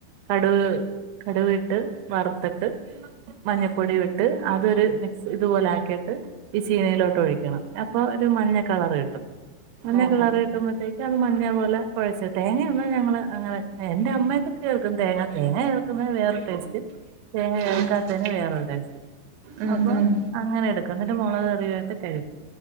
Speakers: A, on the right; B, on the right.
A: കടുവ് കടുവിട്ട്‌ വറുത്തിട്ട് മഞ്ഞപ്പൊടി ഇട്ട് അതൊരു മിക്സ് ഇതുപോലെ ആക്കിട്ട് ഈ ചീനയിലോട്ട് ഒഴിക്കണം അപ്പൊ ഒരു മഞ്ഞ കളർ കിട്ടും മഞ്ഞ
B: ആഹ്
A: കളറ്
B: ആഹ്
A: കിട്ടുമ്പോത്തേ അത് മഞ്ഞേ പോലെ കൊഴച്ച് തേങ്ങയൊനും ഞങ്ങൾ അങ്ങനെ എന്റെ അമ്മയൊക്കെ ചേർക്കും തേങ്ങ തേങ്ങ ചേ വേറൊര ടേസ്റ്റ് തേങ്ങ ചേർക്കാത്തേന്
B: അതെ അതെ
A: വേറൊരു ടേസ്റ്റ്
B: ഉം
A: അപ്പം
B: ഉം
A: അങ്ങനെ എടുക്കും എന്നിട്ട് മുളക് കറിയായിട്ട് കഴി